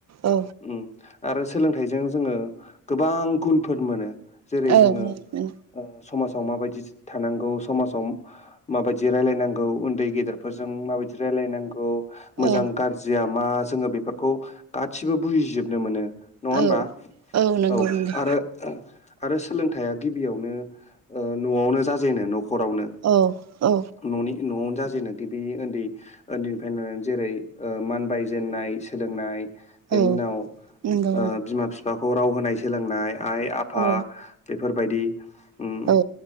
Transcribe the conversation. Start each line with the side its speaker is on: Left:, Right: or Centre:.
Right: औ
Left: उम आरो सोलोंथाइजों जोङो गोबां गुनफोर मोनो जेरै
Right: ओं
Left: जोङो
Right: ओ ओ
Left: समाजाव माबायदि थानांगौ समाजाव माबायदि रायलायनांगौ उन्दै गेदेरफोरजों माबायदि रायलायनांगौ, मोजां
Right: औ
Left: गाज्रिया, मा जोङो बेफोरखौ, गासिबो बुजिजोबनो मोनो नङा होनबा
Right: औ नंगौ
Left: औ
Right: नंगौ
Left: आरो आरो सोलोंथाया गिबियावनो ओ न'आवनो जाजेनो न' हरावनो।
Right: औ औ
Left: ननि न'आवनो जा जेनो गिबि उन्दै उन्दैनिफ्रायनोनानै जेरै मानबाय जेननाय सोलोंनाय बेनि
Right: औ
Left: उनाव
Right: नंगौ
Left: बिमा बिफाखौ राव होनाय सोलोंनाय आइ आफा
Right: औ
Left: बेफोरबायदि। उम
Right: औ औ